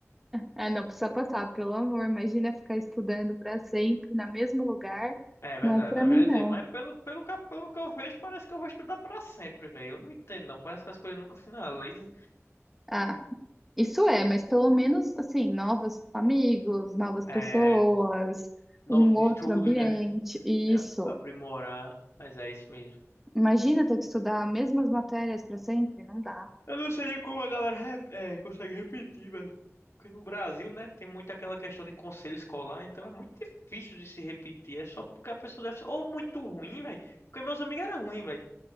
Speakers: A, in the centre; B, on the left.
A: Ah, não precisa passar, pelo amor. Imagina ficar estudando para sempre no mesmo lugar.
B: É verdade,
A: Não é para
B: não
A: mim,
B: quer
A: não.
B: dizer, mas pelo, pelo, que- pelo que eu vejo, parece que eu vou estudar pra sempre, velho. Eu não entendo, não. Parece que as coisas nunca finalizam.
A: Ah, isso é, mas pelo menos, assim, novos amigos, novas
B: É,
A: pessoas,
B: novos
A: um outro
B: estudos,
A: ambiente,
B: né?
A: isso.
B: É ap- aprimorar, mas é isso mesmo.
A: Imagina ter que estudar as mesmas matérias para sempre, não dá.
B: Eu não sei nem como a galera rep- é, consegue repetir, velho. Porque no Brasil, né, tem muito aquela questão de conselho escolar, então é muito difícil de se repetir. É só porque a pessoa deve ser ou muito ruim, velho. Porque meus amigos eram ruins, velho.